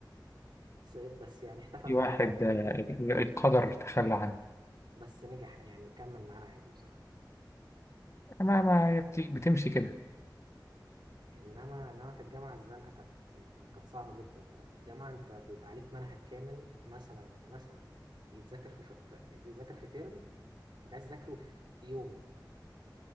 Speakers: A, on the right; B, on the left.
A: سقط بس يعني احتفل
B: في
A: معانا
B: واحد
A: عادي
B: آه، ال- القدر تخلى عنه
A: بس نجح يعني كمل معانا عادي بصراحة
B: ما ما هي بت- بتمشي كده
A: انما انما في الجامعه الزنقه كانت كانت صعبه جدا بقى الجامعه انت بيبقى عليك منهج كامل مثلا مثلا يتذاكر في شو... في... يتذاكر في ترم انت عايز تذاكره في يوم